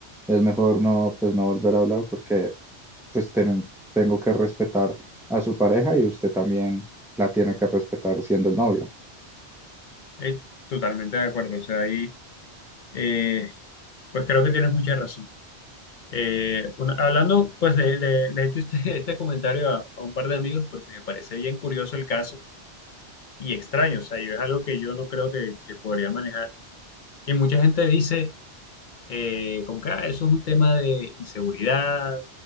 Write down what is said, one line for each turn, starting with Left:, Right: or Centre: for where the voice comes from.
Centre: es mejor no, pues no volver a hablar porque pues ten- tengo que respetar a su pareja y usted también la tiene que respetar siendo el novio.
Left: Eh, totalmente de acuerdo, o sea, ahí, eh, pues creo que tienes mucha razón. Eh, una- hablando, pues le, le- le he hecho este, <laughs> este comentario a, a un par de amigos porque me parece bien curioso el caso y extraño. O sea, yo es algo que yo no creo que, que podría manejar. Y mucha gente dice, eh, como que "Ah, eso es un tema de inseguridad,